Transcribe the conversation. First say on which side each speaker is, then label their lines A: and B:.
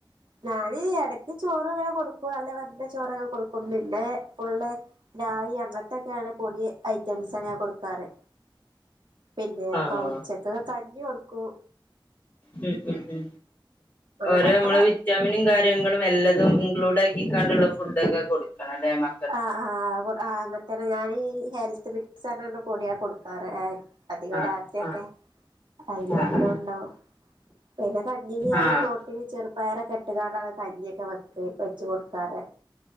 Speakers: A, on the right; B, on the left.
A: ഞാന് ഇടക്ക് ചോറ് ഇങ്ങനെ കൊടുക്കും. അല്ല വെന്ത ചോറക്കെ കൊടുക്കും. പിന്നെ ഫുള്ള് രാഗി അങ്ങനത്തെക്കെണ് പൊടി ഐറ്റംസാണ് ഞാൻ കൊടുക്കാറ് പിന്നെപ്പ
B: ആഹ്
A: ഉച്ചക്ക് കഞ്ഞി കൊടുക്കും
B: ഉം ഉം ഉം
A: ഒരു
B: ഒരെ
A: പപ്പട
B: നമ്മള് വിറ്റാമിൻ കാര്യങ്ങളും എല്ലതും ഇൻക്ലൂഡ് ആക്കിക്കാണ്ടുള്ള ഫുഡൊക്കെ കൊടുക്കണം അല്ലേ മ
A: ആഹ് ആഹ് അത് കൊടു ആഹ് അങ്ങതന്നെ ഞാന് ഈ ഹെൽത്ത് മിക്ച്ചറിന്റെ പൊടിയാ കൊടുക്കാറ് അധികം
B: ആഹ്
A: രാത്രി ഒക്കെ
B: ആഹ്
A: അയില്
B: ആഹ്
A: എല്ലും ഉണ്ടാവും പിന്നെ കഞ്ഞില് ഞാന്
B: ആഹ് ആഹ്
A: പ്രോട്ടീൻ ചെറു പയറൊക്കെ ഇട്ട്കാണ്ടാണ് കഞ്ഞിയൊക്കെ വെക്ക് വെച്ച് കൊടുക്കാറ്